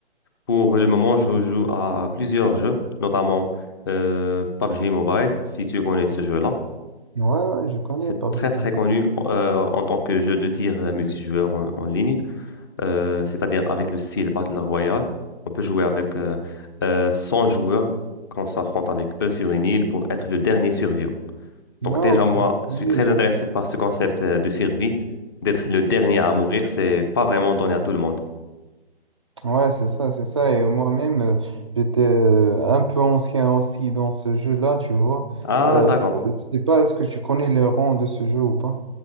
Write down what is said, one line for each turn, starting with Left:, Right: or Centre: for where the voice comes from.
Left: Pour le moment, je joue à plusieurs jeux, notamment euh, PUBG Mobile, si tu connais ce jeu-là.
Right: Ouais, ouais, je connais
Left: C'est
Right: pas
Left: très
Right: bien.
Left: très connu euh, en tant que jeu de tir euh, multijoueur en, en ligne, euh, c'est-à-dire avec le style Battle Royale. On peut jouer avec euh, euh, 100 joueurs quand on s'affronte avec eux sur une île pour être le dernier survivant. Donc
Right: Ouais,
Left: déjà,
Right: en fait,
Left: moi,
Right: je connais.
Left: je suis très intéressé par ce concept euh, de survie. D'être le dernier à mourir, c'est pas vraiment donné à tout le monde.
Right: Ouais, c'est ça, c'est ça. Et moi-même, euh, j'étais euh, un peu ancien aussi dans ce jeu-là, tu vois.
Left: Ah,
Right: Euh,
Left: d'accord.
Right: je sais pas, est-ce que tu connais les rangs de ce jeu ou pas?